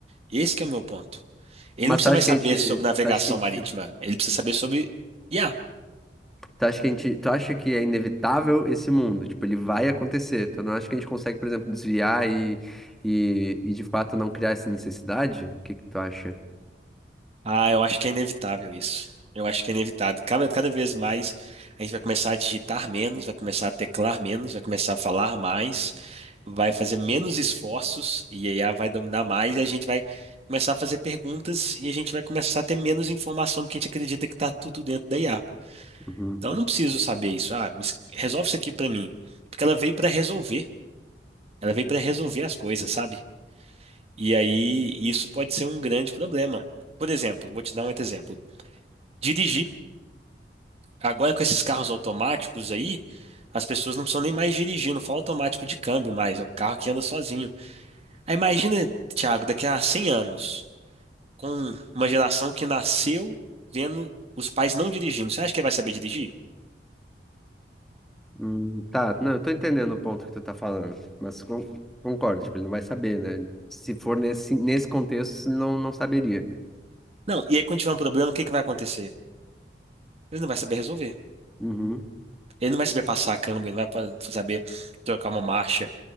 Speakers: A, on the right (about 35°); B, in the centre.
A: Esse que é o meu ponto. Ele
B: mas
A: não precisa
B: tu acha
A: mais saber
B: que a gente,
A: sobre navegação
B: tu acha que a gente,
A: marítima, ele precisa saber sobre IA.
B: tu acha que a gente, tu acha que é inevitável esse mundo? Tipo, ele vai acontecer. Tu não acha que a gente consegue, por exemplo, desviar e, e, e de fato não criar essa necessidade? O que que tu acha?
A: Ah, eu acho que é inevitável isso. Eu acho que é inevitável. Cada, cada vez mais a gente vai começar a digitar menos, vai começar a teclar menos, vai começar a falar mais, vai fazer menos esforços e a IA vai dominar mais e a gente vai começar a fazer perguntas e a gente vai começar a ter menos informação porque a gente acredita que está tudo dentro da IA.
B: Uhum.
A: Então eu não preciso saber isso. Ah, me- es- resolve isso aqui para mim. Porque ela veio para resolver. Ela veio para resolver as coisas, sabe? E aí isso pode ser um grande problema. Por exemplo, vou te dar um outro exemplo. Dirigir. Agora com esses carros automáticos aí, as pessoas não precisam nem mais dirigir, não fala automático de câmbio mais, é o carro que anda sozinho. Aí imagina, Thiago, daqui a 100 anos, com uma geração que nasceu vendo os pais não dirigindo. Você acha que ele vai saber dirigir?
B: Hum, tá, não, eu tô entendendo o ponto que tu tá falando, mas con- concordo, tipo, ele não vai saber, né? Se for nesse, nesse contexto, não, não saberia.
A: Não. E aí quando tiver um problema, o que que vai acontecer? Ele não vai saber resolver.
B: Uhum.
A: Ele não vai saber passar a câmbio, ele não vai pa- saber trocar uma marcha.